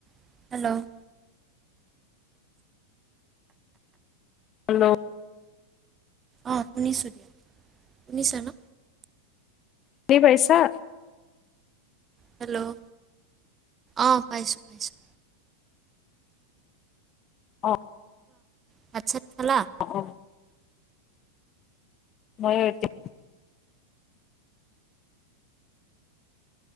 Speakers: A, on the right; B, on the left.
A: ' <inaudible>
B: Hello?
A: অঁ শুনিছোঁ দিয়া শুনিছা ন
B: শুনি পাইছা?
A: হেল্ল'? অঁ, পইছোঁ। পাইছোঁ।
B: অ
A: ভাত ছাত খালা?
B: অ মই এতিয়া